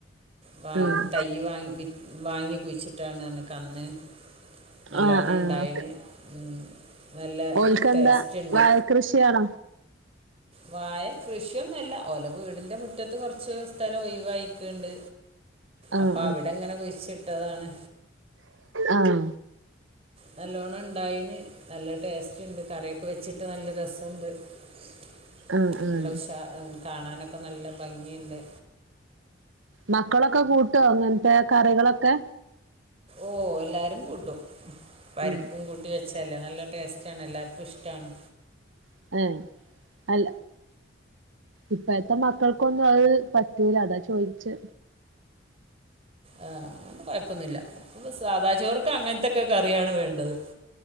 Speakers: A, on the right (about 30°); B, on the right (about 75°).
A: വാ
B: ആഹ്
A: തയ്യ് വാങ്ങി വാങ്ങി കുഴിച്ചിട്ടാണർഞ്ഞ് കന്ന് നല്ലോണം
B: ആഹ് ആഹ്
A: ഇണ്ടായിണ് ഉം നല്ല
B: ഓൽക്കെന്താ
A: ടേസ്റ്റ്ണ്ട്
B: വാഴ കൃഷിയാണോ
A: വാഴ കൃഷിയൊന്നല്ല ഓലെ വീടിന്റെ മുറ്റത്ത് കൊർച്ച് സ്ഥലം ഒയ്വായിക്ക്ണ്ട്
B: ആഹ്
A: അപ്പ അവടെങ്ങനെ കുഴിച്ചിട്ടതാണ്
B: ആഹ്
A: നല്ലോണ്ണം ണ്ടായിന് നല്ല ടേസ്റ്റ്ണ്ട് കറിയൊക്കെ വെച്ച്ട്ട് നല്ല രസണ്ട് <inaudible>
B: ആഹ് ആഹ്
A: നല്ല ഉഷാ കാണാനൊക്കെ നല്ല ഭംഗിണ്ട്
B: മക്കളൊക്കെ കൂട്ടോ ങ്ങൻത്തെ കറികളൊക്കെ
A: ഓഹ് എല്ലാരും കൂട്ടും പരിപ്പും
B: ഉം
A: കൂട്ടി വെച്ച ല്ലെ നല്ല ടേസ്റ്റാണ് എല്ലാര്ക്കും ഇഷ്ടാണ്
B: <unintelligible> അല്ല. ഇപ്പഴത്തെ മക്കൾക്കൊന്നും അത് പറ്റൂല. അതാ ചോയ്ച്ച്
A: ആ, അത് കൊഴപ്പൊന്നില്ല. സാദാ ചോർക്ക് അങ്ങനത്തൊക്കെ കറിയാണ് വേണ്ടത്.